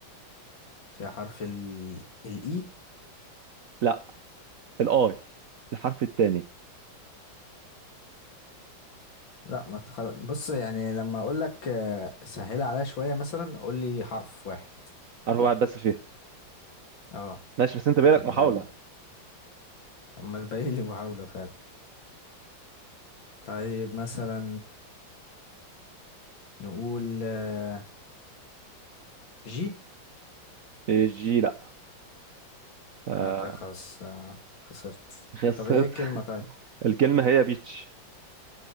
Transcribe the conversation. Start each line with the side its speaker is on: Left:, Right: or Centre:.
Left: فيها حرف ال الإي
Right: لا الاي الحرف الثاني
Left: لا ما أنت خلاص بص يعني لما أقول لك آه، سهلها عليا شوية مثلا قول لي حرف واحد
Right: حرف واحد بس فيها
Left: اه
Right: ماشي بس انت بالك
Left: يعني
Right: محاوله
Left: أما تبقى لي محاولة فعلا طيب مثلا نقول آه، جي
Right: الجي لا آه
Left: آه كده خلاص آه، خسرت
Right: خسرت
Left: طب ايه الكلمة
Right: <laughs>
Left: طيب
Right: الكلمه هي بيتش